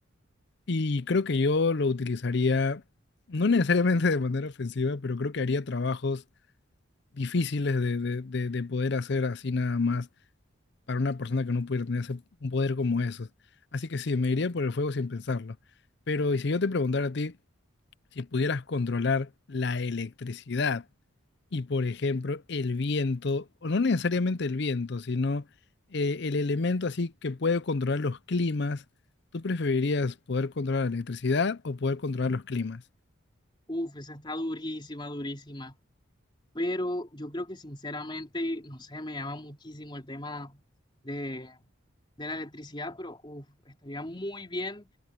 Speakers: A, on the left; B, on the left.
A: Y creo que yo lo utilizaría, no necesariamente de manera ofensiva, pero creo que haría trabajos difíciles de, de- de- de poder hacer así nada más para una persona que no pudiera tener ese- un poder como esos. Así que sí, me iría por el fuego sin pensarlo. Pero, y si yo te preguntara a ti, si pudieras controlar la electricidad y, por ejemplo, el viento, o no necesariamente el viento, sino eh, el elemento así que puede controlar los climas, ¿tú preferirías poder controlar la electricidad o poder controlar los climas?
B: Uf, esa está durísima, durísima. pero yo creo que sinceramente, no sé, me llama muchísimo el tema de, de la electricidad, pero uf, estaría muy bien.